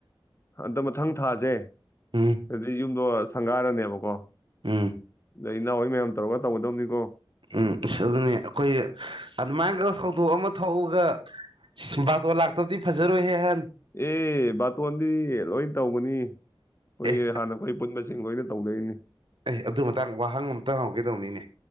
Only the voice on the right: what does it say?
ꯎꯝ
ꯑꯝ
ꯎꯝ ꯑꯗꯨꯅꯤ ꯑꯩꯈꯣꯏ ꯑꯗꯨꯃꯥꯏꯅꯒ ꯊꯧꯗꯣꯛ ꯑꯃ ꯊꯣꯛꯑꯒ ꯕꯥꯇꯣꯟ ꯂꯥꯛꯇꯕꯗꯤ ꯐꯖꯔꯣꯏꯍꯦ ꯑꯍꯟ꯫
ꯑꯦ
ꯑꯦ ꯑꯗꯨ ꯃꯇꯥꯡꯗ ꯋꯥꯍꯪ ꯑꯃꯇꯪ ꯍꯪꯍꯧꯒꯦꯗꯧꯕꯅꯤꯅꯦ